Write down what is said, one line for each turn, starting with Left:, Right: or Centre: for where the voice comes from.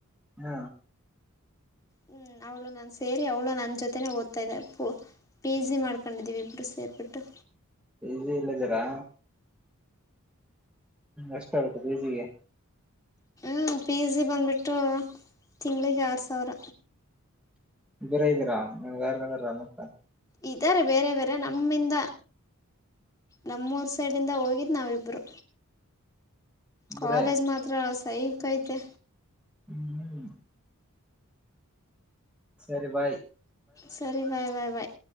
Centre: ಹಾ.
Left: ಹ್ಮ್ ಹೌದು. ಅವಳು ನಾನ್ ಸೇರಿ ಅವಳು ನನ್ನ ಜೊತೆನೆ ಓದ್ತಿದೆ ಪಿ ಜಿ ಮಾಡ್ಕೊಂಡಿದ್ದಿವಿ ಇಬ್ರು ಸೇರ್ ಬಿಟ್ಟು.
Centre: ಪಿಜಿ ಅಲಿ ಇದೀರಾ. ಎಷ್ಟ ಅಗತ ಪಿಜಿಗೆ.
Left: ಹ ಪಿಜಿ ಬಂದುಬಿಟ್ಟು ತಿಂಗಳಿಗೆ ಆರು ಸಾವಿರ.
Centre: ಇಬರ ಇದೀರಾ ಅಂಗ ಅಂದ್ರ ರಾಮುಲ.
Left: ಈ್ದಾರೆ ಬೇರೆ ಬೇರೆ ನಮ್ಮಿಂದ ನಮ್ಮೂರು ಸೈಡಿಂದ ಹೋಗಿದ್ದು ನಾವಿಬ್ರು
Centre: ಇಬ್ಬರೇ
Left: ಕಾಲೇಜ್ ಮಾತ್ರ ಸಹ ಕೈತೆ
Centre: ಹ್ಮ್ ಸರಿ ಬಾಯ್
Left: ಸರಿ ಬಾಯ್ ಬಾಯ್ ಬಾಯ್